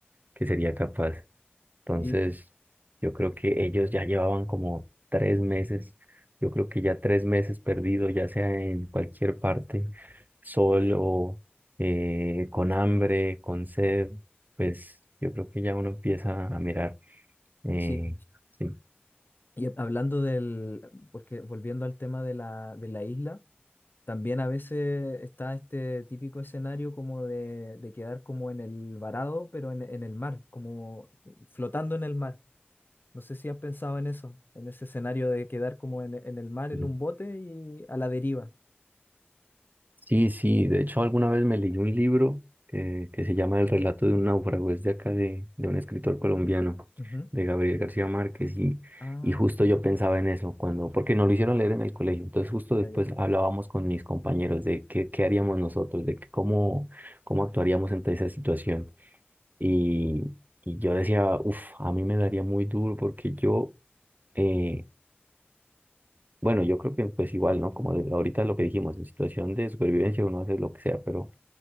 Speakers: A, on the right; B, on the left.
A: que sería capaz. Entonces,
B: Y-
A: yo creo que ellos ya llevaban como tres meses, yo creo que ya tres meses perdido, ya sea en cualquier parte, solo, eh, con hambre, con sed, pues yo creo que ya uno empieza a mirar. eh,
B: sí,
A: sí.
B: Y hablando del, porque volviendo al tema de la, de la isla, también a veces está este típico escenario como de, de quedar como en el varado, pero en, en el mar, como flotando en el mar. No sé si has pensado en eso, en ese escenario de quedar como en, en el mar,
A: Sí.
B: en un bote y a la deriva.
A: Sí, sí, de hecho alguna vez me leí un libro eh, que se llama El relato de un náufrago, es de acá de, de un escritor colombiano,
B: Ujú.
A: de Gabriel García Márquez, y,
B: Ah,
A: y justo yo pensaba en eso, cuando, porque nos lo hicieron leer en el colegio, entonces justo
B: ya,
A: después
B: ya,
A: hablábamos con mis compañeros de qué, qué haríamos nosotros, de que cómo, cómo actuaríamos ante esa situación. Y, y yo decía, uff, a mí me daría muy duro porque yo... eh, Bueno, yo creo que pues igual, ¿no? Como ahorita lo que dijimos, en situación de supervivencia uno hace lo que sea, pero